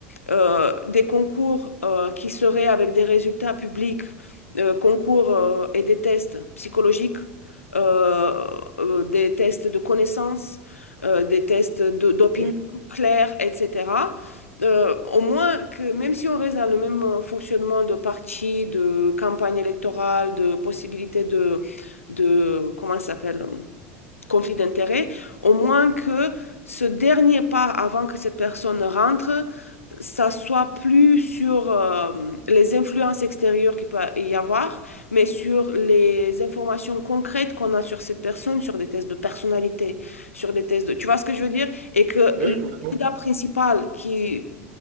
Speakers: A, on the left (about 80°); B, on the right (about 55°).
A: euh, des concours euh, qui seraient avec des résultats publics, euh, concours euh, et des tests psychologiques, euh, euh, des tests de connaissances, euh, des tests de- d'opinion
B: Oui,
A: clair, etc. Euh, au moins que même si on reste dans le même euh, fonctionnement de parti, de campagne électorale, de possibilité de, de comment ça s'appelle? conflit d'intérêts, au moins que ce dernier pas avant que cette personne rentre, ça soit plus sur euh, les influences extérieures qu'il peut y avoir, mais sur les informations concrètes qu'on a sur cette personne, sur des tests de personnalité, sur des tests de... Tu vois ce que je veux dire? Et que
B: oui,
A: le
B: complètement.
A: candidat principal qui